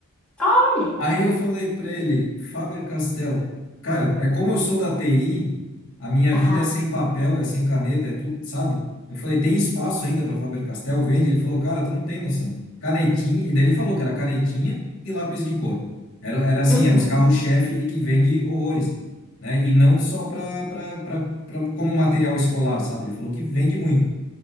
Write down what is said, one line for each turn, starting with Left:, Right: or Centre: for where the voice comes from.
Centre: Olha.
Left: <laughs> Aí eu falei para ele, Faber-Castell, cara, é como eu sou da TI, a minha vida
Centre: Aham.
Left: é sem papel, é sem caneta, é tudo, sabe? Eu falei, tem espaço ainda para Faber-Castell? Vende? Ele falou, cara, tu não tem noção. Canetinha, e daí ele falou que era canetinha e lápis de cor. Era, era assim,
Centre: Uhum.
Left: era os carros-chefe e que vende horrores, né? E não só para para como material escolar, sabe? Ele falou que vende muito.